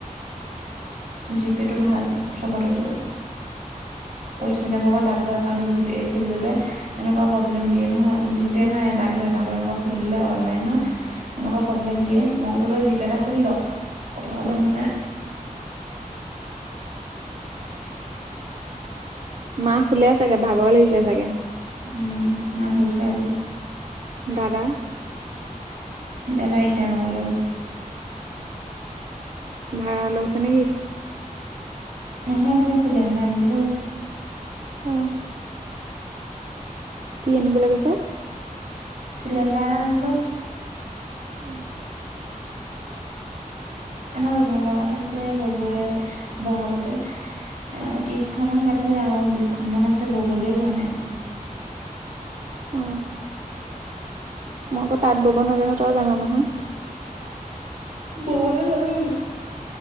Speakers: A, on the right; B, on the right.
A: জি পে টো ভাল, চবতে চলে। পৰিস্মিতা ভাগত ডাকঘৰ একাউণ্টত জি পে খুলি ললে। এনেকুৱা প্ৰব্লেম দিয়ে নহয়, জি পে নহয় এ ডাকঘৰ একাউনটত এনেকুৱা খুলি ললে অনলাইনত। এনেকুৱা প্ৰব্লেম দিয়ে, মই কলো তই জিপে এটা খুলি ল, কথা কলে
B: অ
A: নুশুনে। <inaudible>
B: মা শুলে চাগে? ভাগৰ লাগিছে চাগে?
A: উম, মা শুইছে আজি।
B: দাদা?
A: দাৰ ইটানগৰলৈ গৈছে।
B: ভাড়া লৈ গৈছে নেকি?
A: নহয় কিবা চিলিণ্ডাৰ আনিবলৈ গৈছে।
B: অ। কি আনিবলৈ গৈছে?
A: চিলিণ্ডাৰ এটা আনিবলৈ গৈছে।
B: অ।
A: আমাৰ ৰুমাল লগা থৈছিলে ববয়ে বহাগতে। এ ত্ৰিছখনমান কাটিলে আৰু বিছখনমান আছে ববলৈও হোৱা নাই।
B: অ। মই আকৌ তাঁত বব নাজানো, তই জানা নহয়?
A: ববলৈ জানো।